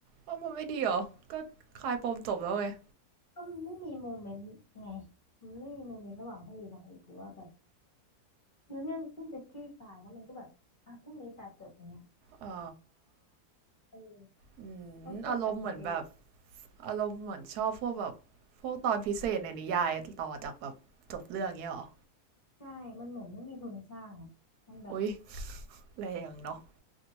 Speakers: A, on the right (about 80°); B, on the left (about 35°).
A: ว่ามันไม่ดีเหรอ ก็คลายปมจบแล้วเว้ย
B: ก็มันไม่มีโมเมนต์ไงมันไม่มีโมเมนต์ระหว่างพระเอกนางเอกหรือว่าแบบคือเรื่องเพิ่งจะคลี่คลายแล้วมันก็แบบอ่ะพรุ่งนี้ตัดจบอย่างเงี้ย
A: อ๋อ
B: เออ
A: อืมอารมณ์เหมือนแบบ
B: เขาเจอแบบนี้เยอะ
A: อารมณ์เหมือนชอบพวกแบบ พวกตอนพิเศษในนิยายต่อจากแบบจบเรื่องเงี้ยเหรอ
B: ๆใช่มันเหมือนไม่มีทุนสร้างอ่ะมันแบบ
A: อุ๊ยแรงเนาะ